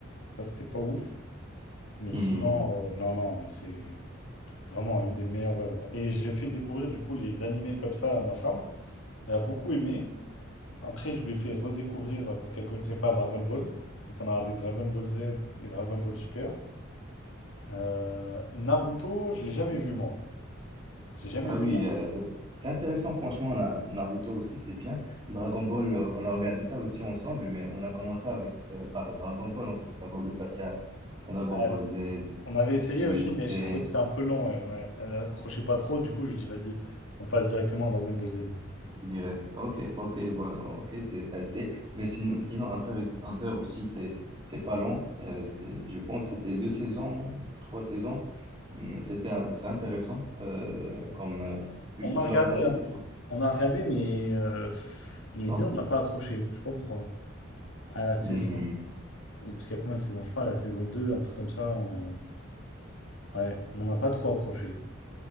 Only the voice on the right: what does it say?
Hum.
Ah
oui,
euh, c'est c'est intéressant, franchement. Na- Naruto aussi, c'est bien. Dragon Ball, euh, on a regardé ça aussi ensemble, mais on a commencé avec, euh, par Dragon Ball, en fait, avant de passer à, à Dragon
Ball Z ou,
ou
j'étais
direct. Ok, ok, bon, ok, c'est t'as essayé. Mais sinon, sinon Hunter x Hunter aussi, c'est c'est pas long. Euh, c'est, je pense que c'était deux saisons, trois saisons. Hum, C'était, un- c'est intéressant. euh, comme, euh, tu
tu
l'as regardé
déjà?
Non?
Hum.